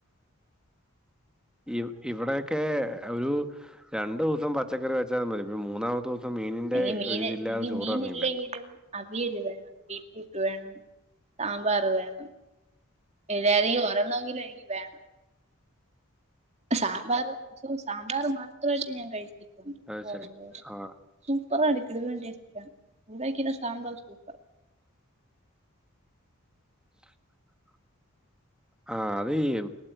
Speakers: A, in the centre; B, on the right.
A: ഇ ഇവിടെക്കെ ഒരൂ രണ്ടു ദിവസം പച്ചക്കറി വെച്ചാൽ മതി പിന്നെ മൂന്നാമത്തെ ദിവസം മീനിന്റെ
B: ഇനി മീന്
A: ഒരു ഇത്‌ ഇല്ലാതെ
B: ഇനി
A: ചോറ്
B: മീനില്ലെങ്കിലും
A: ഇറങ്ങില്ല
B: അവിയല് വേണം ബീറ്റ്റൂട്ട് വേണം സാമ്പാർ വേണം ഏതെങ്കിലും ഒരണമെങ്കിലും എനിക്ക് വേണം സാമ്പാറ് സോ സാമ്പാർ മാത്രയിട്ട് ഞാൻ കഴിച്ചിട്ടുണ്ട്
A: അത്
B: ചോറിന്റെ
A: ശരി
B: കൂടെ
A: ആ
B: സൂപ്പറ എടുക്കടു <unintelligible> ഇവെടെ വെക്കുന്ന സാമ്പാർ സൂപ്പറാ
A: <inaudible> ആഹ് അത് ഈ